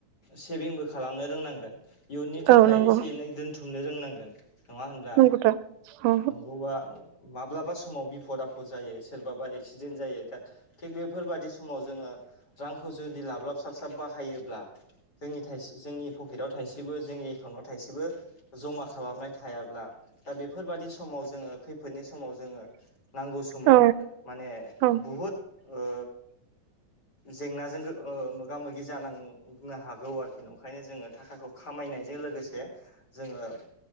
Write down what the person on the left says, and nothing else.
सेभिंबो खालामनो रोंनांगोन। इयुननि थाखाय
एसे एनै दोनथुमनो रोंनांगोन नङा होनब्ला?
नंगौबा माब्लाबा समाव बिफद आफद जायो सोरबाबा एक्सिडेन्ट जायो दा थिग बेफोरबायदि समाव जोङो रांखौ जुदि लाब्लाब साबस्राब बाहायोब्ला जोंनि थाइसे जोंनि पकेटआव थाइसेबो जोंनि एकाउन्टआव थाइसेबो जमा खालामनाय थायाब्ला दा बेफोरबायादि समाव जोङो खैफोद बेफोरोनि समाव जोङो नांगौ समाव
माने
बुहुद ओ जेंनाजों मोगा मोगि जानां नो हागौ आरोखि ओंखायनो जोङो थाखाखौ खामायनायजों लोगोसे जोङो